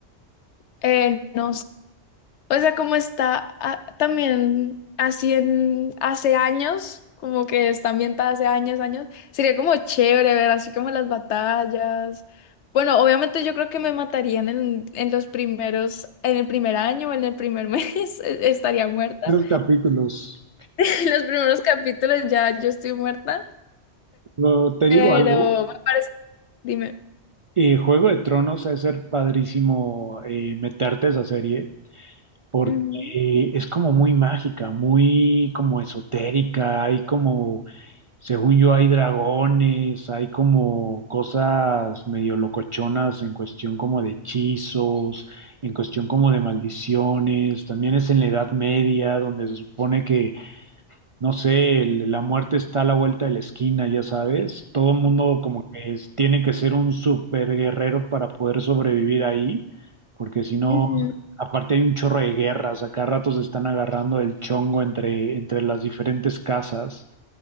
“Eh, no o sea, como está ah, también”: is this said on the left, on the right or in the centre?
Left